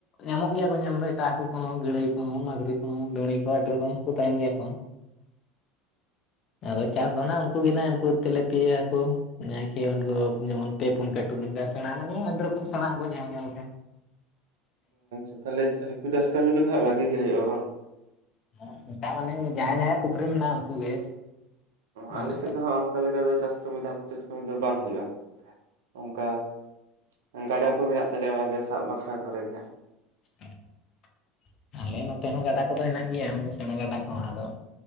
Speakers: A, on the left; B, on the right.
A: ᱧᱟᱢᱚᱜ ᱜᱮᱭᱟ ᱠᱚ ᱧᱟᱢ ᱫᱚ ᱮᱴᱟᱜ ᱦᱟᱹᱠᱩ ᱠᱚᱦᱚᱸ ᱜᱟᱹᱲᱟᱹᱭ ᱠᱚᱦᱚᱸ, ᱢᱟᱹᱜᱽᱨᱤ ᱠᱚᱦᱚᱸ, ᱫᱩᱬᱤ ᱠᱚ ᱟᱹᱰᱤ ᱨᱚᱠᱚᱢ ᱦᱚᱸᱠᱩ ᱛᱟᱦᱮᱱ ᱜᱮᱭᱟ ᱠᱚ ᱾ ᱟᱫᱚ ᱪᱟᱥ ᱫᱚ ᱱᱟᱜ ᱩᱱᱠᱩ ᱜᱮ ᱱᱟᱜ ᱩᱱᱠᱩ ᱛᱮᱞᱮ ᱯᱤᱭᱭᱟ ᱠᱚ ᱱᱟᱭᱠᱤ ᱩᱱᱠᱩ ᱡᱮᱢᱚᱱ ᱯᱮ ᱯᱩᱱ ᱠᱟᱴ ᱩᱰ ᱥᱮᱬᱟᱜ ᱢᱟᱱᱮ ᱟᱹᱰᱤ ᱨᱚᱠᱚᱢ ᱥᱮᱬᱟᱜ ᱟᱠᱚ ᱡᱟᱦᱟᱸ ᱧᱮᱞᱟ
B: ᱚ ᱛᱟᱦᱚᱞᱮ ᱦᱟᱠᱩ ᱪᱟᱥ ᱠᱟᱹᱢᱤ ᱠᱚᱫᱚ ᱦᱟᱜ ᱵᱷᱟᱜᱤ ᱜᱮ ᱦᱩᱭᱩᱜᱼᱟ ᱵᱟᱝ?
A: ᱦᱮᱸ ᱱᱚᱠᱟ ᱢᱟᱱᱮ ᱡᱟᱦᱟᱸᱭ ᱡᱟᱦᱟᱸᱟᱭ ᱯᱩᱠᱷᱨᱤ ᱢᱮᱱᱟᱜ ᱩᱱᱠᱩ ᱜᱮ
B: ᱟᱞᱮ
A: ᱟᱫᱚ
B: ᱥᱮᱫ ᱫᱚ ᱦᱟᱜ ᱚᱱᱠᱟ ᱞᱮᱠᱟ ᱫᱚ ᱪᱟᱥ ᱠᱟᱹᱢᱤ ᱫᱚ ᱦᱟᱹᱠᱩ ᱪᱟᱥ ᱠᱟᱹᱢᱤ ᱫᱚ ᱵᱟᱝ ᱦᱩᱭᱩᱜᱼᱟ ᱚᱱᱠᱟ ᱾ ᱜᱟᱰᱟ ᱠᱚ ᱢᱮᱱᱟᱜ ᱛᱟᱞᱮᱭᱟ ᱚᱱᱟᱜᱮ ᱥᱟᱵ ᱵᱟᱠᱷᱨᱟ ᱠᱚᱨᱮ ᱜᱮ ᱦᱟᱸᱜ ᱾
A: <unintelligible> ᱟᱞᱮ ᱱᱚᱛᱮ ᱦᱚᱸ ᱜᱟᱰᱟ ᱠᱚᱫᱚ ᱦᱮᱱᱟᱜ ᱜᱮᱭᱟ ᱥᱮᱬᱟ ᱜᱟᱰᱟ ᱠᱚᱦᱚᱸ ᱟᱫᱚ